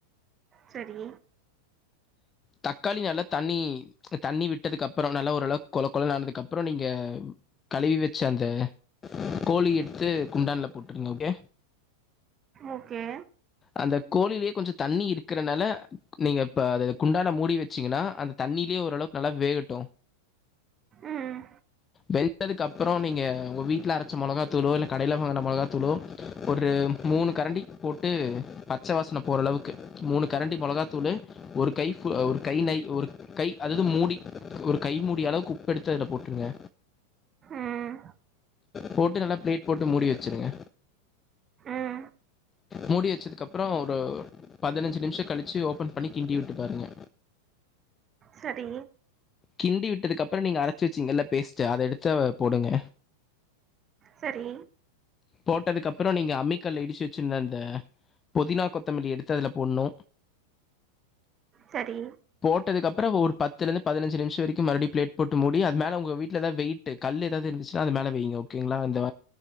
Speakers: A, on the right; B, on the left.
A: சரி
B: தக்காளி நல்லா தண்ணி தண்ணி விட்டதுக்கு அப்புறோநல்லா ஒரு நல்லா கொல கொலனு ஆனதுக்கு அப்றோ நீங்க கழுவி வச்சு அந்த கோழி எடுத்து குண்டான்ல போட்ருங்க ஓகே
A: ஓகே
B: அந்த கோழிலயே கொஞ்சோ தண்ணி இருக்கறனால நீங்க இப்ப அத குண்டான மூடி வச்சீங்கன்னா அந்த தண்ணியிலேயே ஓரளவுக்கு நல்லா வேகட்டு
A: ம்
B: வெந்ததுக்கு அப்றோ நீங்க உங்க வீட்ல அரச்ச மொளகாத்தூளோ இல்ல கடையில வாங்கின மொளகாத்தூளோ ஒரு மூணு கரண்டி போட்டு பச்ச வாசன போற அளவுக்கு மூணு கரண்டி மொளகாத்தூள் ஒரு கை ஒரு கை நை ஒரு கை அது மூடி ஒரு கை மூடிய அளவுக்கு உப்பு எடுத்து அதுல போட்ருங்க
A: ம்
B: போட்டு நல்லா பிளேட் போட்டு மூடி வச்சுடுங்க
A: உம்
B: மூடி வச்சதுக்கு அப்றோ ஒரு பதினஞ்சு நிமிஷோ கழிச்சு ஓப்பன் பண்ணி கிண்டி விட்டு பாருங்க
A: சரி
B: கிண்டி விட்டதுக்கப்புறோ நீங்க அரச்சி வச்சிங்கல்ல பேஸ்ட்டு அத எடுத்து போடுங்க
A: சரி
B: போட்டதுக்கு அப்புறோ நீங்க அம்மிக்கல்ல இடிச்சு வச்சிருந்த அந்த புதினா கொத்தமல்லிய எடுத்து அதுல போட்ணு
A: சரி
B: போட்டதுக்கு அப்புறோ ஒரு பத்துல இருந்து பதினஞ்சு நிமிஷோ வரைக்கு மறுபடி பிளேட் போட்டு முடி அது மேல உங்க வீட்ல தா வெயிட் கல் ஏதாவது இருந்துச்சுன்னா அது மேல வையுங்க ஓகேங்களா இந்த